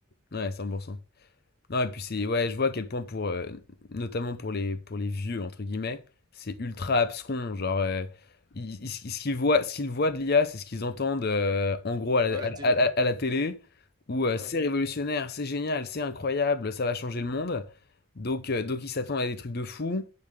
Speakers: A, on the left; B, on the right.
A: Ouais, 100%. Non, et puis c'est ouais, je vois à quel point pour euh, notamment pour les pour les vieux entre guillemets, c'est ultra abscon, genre euh, ils- ils- ce qu'ils voient ce qu'ils voient de l'IA, c'est ce qu'ils entendent euh, en gros à
B: à
A: la, à
B: la
A: la-
B: télé.
A: à la- à la télé où euh,
B: Ouais.
A: c'est révolutionnaire, c'est génial, c'est incroyable, ça va changer le monde. Donc euh, donc ils s'attendent à des trucs de fou.